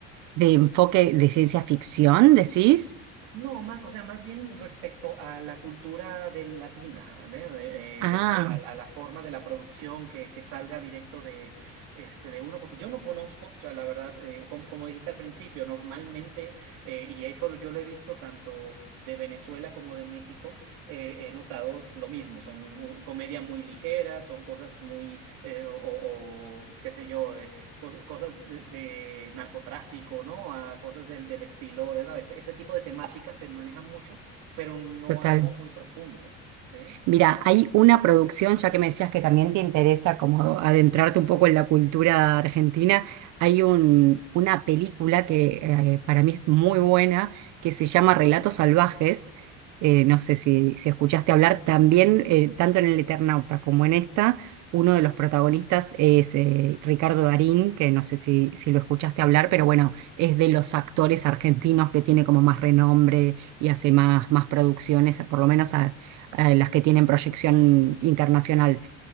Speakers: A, on the right; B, on the right.
A: ¿De enfoque de ciencia ficción, decís?
B: No, más, o sea, más bien respecto a la cultura del latina, ¿né? De-
A: Ah,
B: eh, respe- a, la a la forma de la producción que, que salga directo de, este, de uno, porque yo no conozco, o sea, la verdad, eh, como, como dijiste al principio, normalmente, eh, y eso lo- yo lo he visto tanto de Venezuela como de México, eh, he notado lo mismo, son uh, comedia muy ligera, son cosas muy, eh, o, o, qué sé yo, de, cos- cosas de, de narcotráfico, ¿no? A cosas del, del estilo, de, ¿no? Ese, ese tipo de temáticas se manejan mucho, pero no
A: total.
B: algo muy profundo, ¿sí?
A: Mira, hay una producción, ya que me decías que también te interesa como adentrarte un poco en la cultura argentina, hay un- una película que eh, para mí es muy buena, que se llama Relatos Salvajes. Eh, no sé si, si escuchaste hablar, también eh, tanto en El Eternauta como en esta, uno de los protagonistas es eh, Ricardo Darín, que no sé si, si lo escuchaste hablar, pero bueno, es de los actores argentinos que tiene como más renombre y hace más, más producciones, por lo menos... a eh, las que tienen proyección internacional.